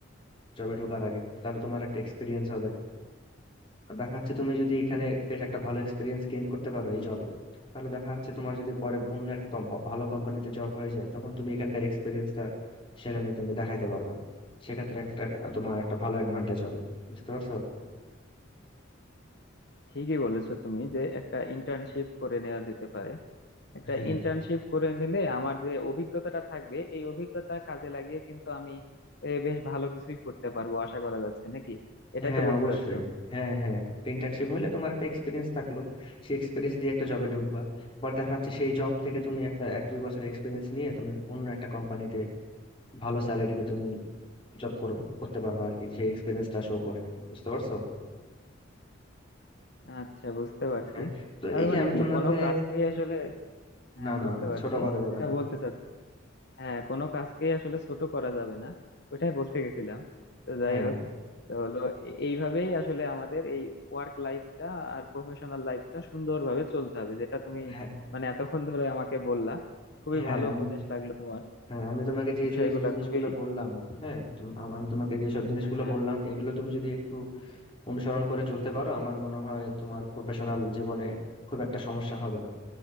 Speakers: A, on the left; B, on the left.
A: জবে ঢোকার আগে তাহলে তোমার একটা এক্সপিরিয়েন্স হবে দেখা যাচ্ছে তুমি যদি এখানে বেশ একটা ভালো এক্সপিরিয়েন্স গেইন করতে পারো এই জবে তাহলে দেখা যাচ্ছে তোমার যদি পরে অন্য একটা কম- ভালো কোম্পানিতে জব হয়ে যায় তখন তুমি এখানকার এক্সপিরিয়েন্সটা সেখানে তুমি দেখাইতে পারবা সেক্ষেত্রে একটা তোমার একটা ভালো অ্যাডভান্টেজ হবে বুঝতে পারছো
B: ঠিকই বলেছো তুমি যে একটা ইন্টার্নশিপ করে নেওয়া যেতে পারে একটা
A: হ্যাঁ
B: ইন্টার্নশিপ করে নিলে আমার যে অভিজ্ঞতাটা থাকবে এই অভিজ্ঞতা কাজে লাগিয়ে কিন্তু আমি এ, বেশ ভালো কিছুই করতে পারবো আশা করা যাচ্ছে নাকি এটাই
A: হ্যাঁ
B: তো বলতে
A: অবশ্যই
B: চাচ্ছো
A: হ্যাঁ হ্যাঁ ইন্টার্নশিপ হলে তোমার একটা এক্সপিরিয়েন্স থাকলো সেই এক্সপিরিয়েন্স দিয়ে একটা জবে ঢুকবা আবার দেখা যাচ্ছে সেই জব থেকে তুমি একটা এক দুই বছর এক্সপিরিয়েন্স নিয়ে তুমি অন্য একটা কোম্পানিতে ভালো স্যালারিতে তুমি জব করতে পারবা আর কি সেই এক্সপিরিয়েন্সটা শো করে বুঝতে পারছো
B: আচ্ছা বুঝতে পারছি
A: হ্যাঁ তো
B: তার
A: এই যে
B: মানে
A: আমি
B: কি
A: তোমাকে
B: কোনো কাজকেই আসলে হ্যাঁ
A: না না
B: বুঝতে
A: না
B: পারছি
A: ছোট করা যাবে
B: যেটা
A: না
B: বলতে চাচ্ছি হ্যাঁ কোনো কাজকেই আসলে ছোট করা যাবে না ওইটাই বলতে গেছিলাম তো যাই
A: হ্যাঁ
B: হোক তো হলো এ- এইভাবেই আসলে আমাদের এই ওয়ার্ক লাইফটা আর প্রফেশনাল লাইফটা সুন্দরভাবে চলতে হবে যেটা তুমি
A: হ্যাঁ
B: মানে এতক্ষণ ধরে আমাকে বললা খুবই
A: হ্যাঁ
B: ভালো
A: আমি
B: উপদেশ লাগলো তোমার
A: হ্যাঁ আমি তোমাকে যে
B: বিষয়গুলা
A: যে যে জিনিসগুলো
B: খুবই
A: বললাম হ্যাঁ তুম- আম- আমি তোমাকে যে সব জিনিসগুলো
B: হ্যাঁ
A: বললাম এগুলো তুমি যদি একটু অনুসরণ করে চলতে পারো আমার মনে হয় তোমার প্রফেশনাল জীবনে খুব একটা সমস্যা হবে না